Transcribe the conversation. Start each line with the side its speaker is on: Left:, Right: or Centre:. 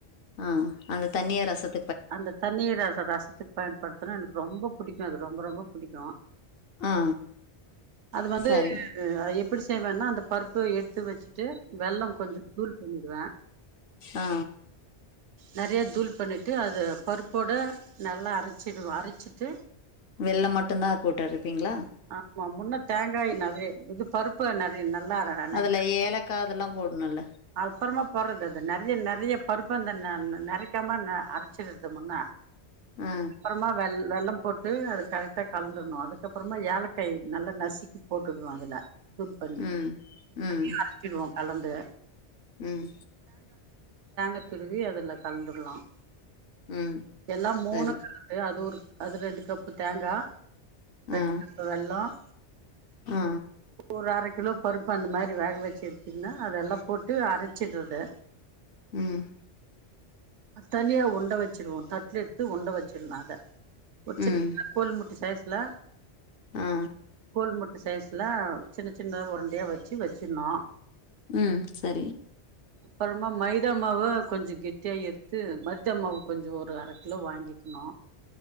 Left: ஆ அந்த தண்ணிய ரசத்
Right: அந்த தண்ணீர அந்த ரசதுக்கு பயன்படுத்துனா எனக்கு ரொம்ப பிடிக்கே அது ரொம்ப ரொம்ப பிடிக்கே
Left: ஆ
Right: அது வந்து
Left: சரி
Right: எப்படி செய் தேவேனா அந்த பருப்பு எடுத்து வச்சுட்டு வெள்ளம் கொஞ்சம் தூள் பண்ணிடுவே
Left: ஆ
Right: நெறய தூள் பண்ணிட் ட்டு அது பருப்போட நல்லா அரச்சிடு வா அரச்சிட்டு
Left: வெள்ள மட்டுதா போட்டுருபிங்களா
Right: ஆ முன்ன தேங்காய் நாவே <unintelligible> பருப்ப நெறி நல்லா அறனே
Left: அதுல ஏலக்கா அதெல்லா போடணுல்ல
Right: அபறமா போறது அது நெறய நெறயப் பருப் பந்தண்ண நறிக் <unintelligible> அரச்சிடுதும்ன
Left: ஆ
Right: அப்பறமா வெல் வெள்ளம் போட்டு அது கரெக்டாக கலந்துர்ணும் அதுக்கப்பறமா ஏலக்காய் நல்லா நசுக்கி போட்டுருணும் அதுல துள் பண்ணி
Left: ம் ம்
Right: தனியா அரச்சிடுவோம் கலந் த
Left: ம்
Right: <unintelligible> திருவி அதுல கலந்துடலாம்
Left: ம்
Right: எல்லாம் மூணு
Left: சரி
Right: <unintelligible> அது ஒரு அது ரெண்டு கப்பு தேங்கா <unintelligible>
Left: ஆ
Right: வெள்ளம்
Left: ஆ
Right: ஒரு அர கிலோ பருப்பு அந்த மாரி வேக வச்சு எடுத்துகின்ன அதெலா போட்டு ட்டு அரச்சிடுது
Left: உம்
Right: தனியா ஒண்ட வச்சுருவோம் தட்ல எடுத்து ஒண்ட வச்சுருனு அத ஒச்ச
Left: ம்
Right: <unintelligible> கோல்முட் சாஸ் ல
Left: ஆ
Right: குள்முட்ட சைஸ்ல சின்ன சின்ன உருண்டயா வச்சு வச்சுந்தோம்
Left: உம் சரி
Right: அப்பறமா மைதா மாவு கொஞ்ச கெட்டியா எத்து மைதா மாவு கொஞ்ச ஒரு அர கிலோ வாங்கிக்கணோ